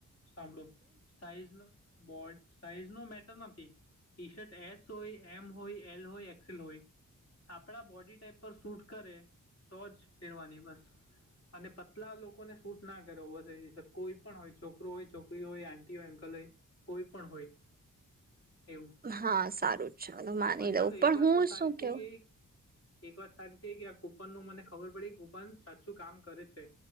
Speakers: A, on the left; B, on the right.
A: સાંભળો સાઈઝ ન બોર્ડ. સાઈઝ નો મેટર નથી ટી શર્ટ એસ હોય એમ હોય એલ હોય એક્સેલ હોય. આપણા બોડી ટાઈપ પર શૂટ કરે તો જ પેરવાની બસ. અને પતલા લોકોને શૂટ ના કરવું હ કોઈ પણ હોય છોકરો હોય છોકરી હોય આંટી હોય અંકલ હોય. કોઈ પણ હોય. એવું
B: હા સારું ચાલો માની
A: પણ
B: લઉં
A: ચાલો એક વાત
B: હું
A: તો સારી
B: શું
A: થઈ
B: કેવું
A: ગઈ. એક વાત સારી છે કે આ કુપન નું મને ખબર પડીે કુપન સાચું કામ. કરે છે